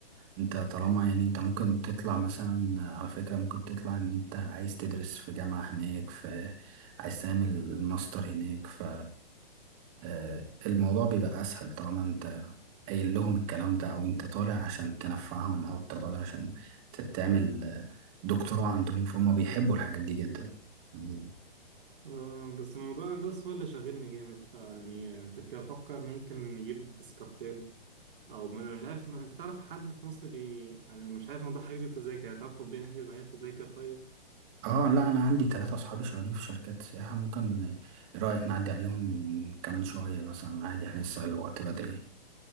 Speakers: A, on the right; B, on the right.
A: انت طالما يعني انت ممكن تطلع مثلا على فكرة ممكن تطلع ان انت عايز تدرس في جامعة هناك في عايز تعمل ماستر هناك ف آه، الموضوع بيبقى اسهل طالما انت قايل لهم الكلام ده او انت طالع عشان تنفعهم او انت طالع عشان ت- تعمل آه، دكتوراه عندهم فهم بيحبوا الحاجات دي جدا يعني
B: آه، بس موضوع الهندسة هو اللي شاغلني جامد فيعني كنت بفكر ممكن نجيب تذكرتين او ما انا مش عارف ما انت تعرف حد في مصر بي انا مش عارف موضوع حجز التذاكر يعني تعرف تطبيق نحجز معايا التذاكر طيب
A: اه لا انا عندي ثلاثة اصحابي شغالين في شركات سياحة ممكن ايه رأيك نعدي عليهم كمان شوية مثلا عادي احنا لسه الوقت بدري